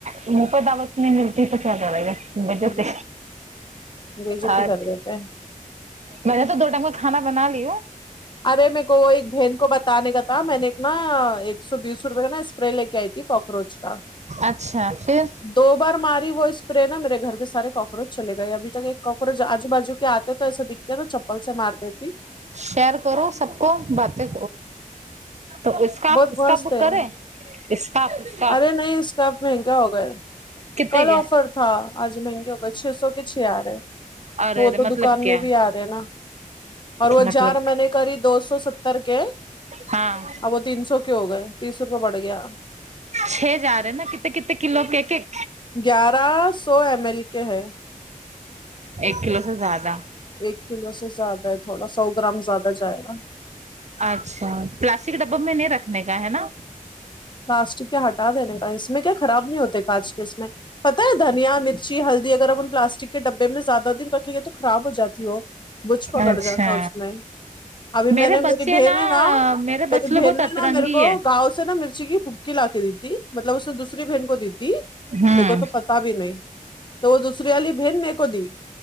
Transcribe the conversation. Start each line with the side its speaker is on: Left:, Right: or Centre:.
Right: منہ پے دعوت نہیں ملتی تو کیا کرے گا میکے
Left: بلایا
Right: سے
Left: بےعزتی
Right: ہر
Left: کر دیتے ہے
Right: میں نے تو دو ٹائم کو کھانا بنا لیا
Left: ارے میکو وہی ایک بہن کو بتانے کا تھا میں نے ایک نا ایک سو بیس روپئے کا نا اس اسپرے لے کے آئی تھی کاکروچ کا
Right: اچھا پھر
Left: دو بار ماری وہ اسپرے نا میرے گھر کے سارے کاکروچ چل گئے ابھی تک ایک کاکروچ آجو باجو کے آتے تو ایسا دکھ دیکھو چپل سے مار دیتیوں
Right: شیئر کرو سب کو باتیں تو اس کا
Left: بہت
Right: اس
Left: مست
Right: کا بک
Left: ہے
Right: کرے اس کاف
Left: ارے نہیں اس کا اب مہنگا ہوگیا ہے
Right: کتنے
Left: کل
Right: کے
Left: آفر تھا آج مہنگے ہو گئے چھ سو کے چھ آرے
Right: ارے
Left: وہ
Right: ارے
Left: تو
Right: مطلب
Left: دکان
Right: کیا
Left: میں بھی آ رے نا اور وہ
Right: مطلب
Left: جار میں نے کری دو سو ستر کے آوہ
Right: ہاں
Left: تو تین سو کے ہو گئے تیس روپئے بڑھ گیا
Right: چھ جا رہے نا کتے کتے کلو کہ ایک ایک
Left: گیارہ سو ایم ایل کے ہے
Right: ایک کلو سے زیادہ
Left: ایک کلو سے زیادہ ہے تھوڑا سو گرام زیادہ جائے گا
Right: اچھا پلاسٹک کے ڈبے میں نہیں رکھنے کا ہے نا
Left: پلاسٹک کیا ہٹا دینے کا اس میں کیا خراب نہیں ہوتے کاج کے اس میں پتہ ہے دھنیا مرچی ہلدی وغیرہ پلاسٹک کے ڈبے میں زیادہ دن رکھے گئے تو خراب ہو جاتی وہ بچھ پکڑ
Right: اچھا
Left: جاتا اس میں ابھی
Right: میرے
Left: میں نے
Right: بچے
Left: میری بہن ہے نا
Right: میرے
Left: میری
Right: بچلے
Left: بہن
Right: بہت اترنگی
Left: نے نا میرے کو
Right: ہے
Left: گاؤں سے نا میر مرچی کی بھبکی لا کے دی تھی مطلب اس نے دوسری بہن کو دی تھی
Right: ہوں
Left: میرے کو تو پتہ بھی نہیں تو وہ دوسری والی بہن میرے کو دی